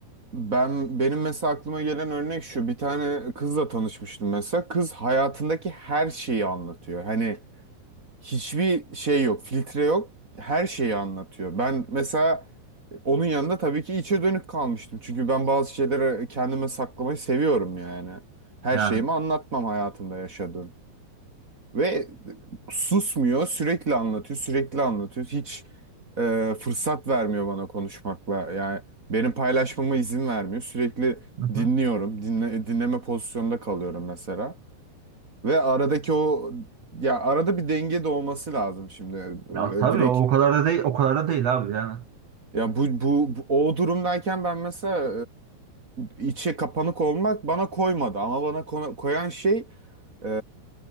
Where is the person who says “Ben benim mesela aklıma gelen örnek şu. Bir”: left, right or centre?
Right